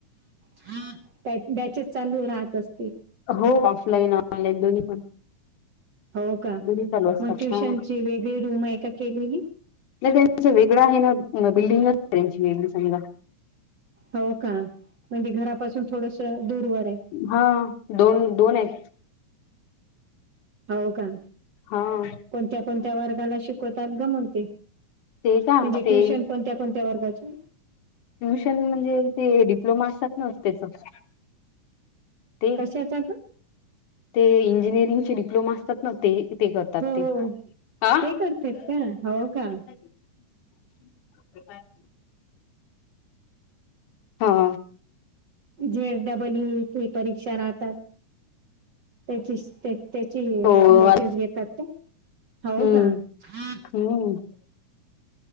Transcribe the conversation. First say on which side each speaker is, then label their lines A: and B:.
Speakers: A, on the right (about 45°); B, on the left (about 75°).
A: हा बॅचेस चालू राहत असते.
B: हो ऑफलाईन ऑनलाईन दोन्ही पण.
A: हो का
B: दोन्ही चालू असतात
A: मग ट्युशनची
B: हा
A: वेगळी रूम आहे का केलेली.
B: नाही त्यां वेगळां आहे ना बिल्डिंगच आहे त्यांची वेगळी सजा.
A: हो का म्हणजे घरापासून थोडस दूरवर आहे.
B: हा दोन-दोन आहेत.
A: हो का.
B: हा.
A: कोणत्या कोणत्या वर्गाला शिकवतात ग म्हते?
B: ते का
A: म्हणजे
B: ते
A: ट्युशन कोणत्या. कोणत्या वर्गाचे?
B: ट्युशन म्हणजे ते डिप्लोमा असतात न त्याच. ते
A: कशाचा ग
B: ते इंजिनिअरिंग चे डिप्लोमा असतात ना. ते ते करतात
A: हो
B: ते
A: हो
B: हा.
A: ते
B: <inaudible>
A: करतात का हो
B: <unintelligible>
A: का
B: हा.
A: झेड डबल परीक्षा राहतात त्याची ते. त्याची
B: हो
A: बॅचेस घेतात ते हो
B: हम्म
A: का. हा
B: हम्म.